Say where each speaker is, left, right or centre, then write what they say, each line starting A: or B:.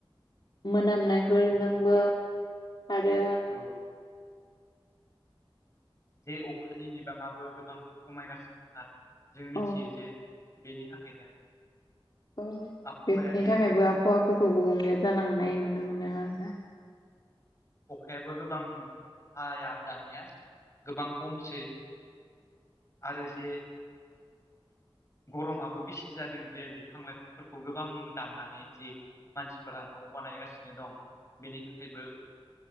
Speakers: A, on the left (about 55°); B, on the left (about 35°).
A: मोनामनायफोरजोंबो आरो
B: औ। जे अखानि बिबाङाबो गोबां खमायगासिनो होनना जों मिथियो
A: औ
B: जे बेनि थाखायनो
A: अ
B: आबहावाया
A: बेफोरनि
B: जे
A: थाखायबो
B: जों
A: आबहावाफोरखौ गुबुंले जालांनाय नुनो मोनदों आरोना।
B: अखायाबो गोबां हाया दानिया गोबां खमसै। आरो जे गरमाबो बेसे जादों जे बिफां लाइफांफोरखौ गोबां दाननानै जि मानसिफोरा न' बानायगासिनो दं बेनि थाखायबो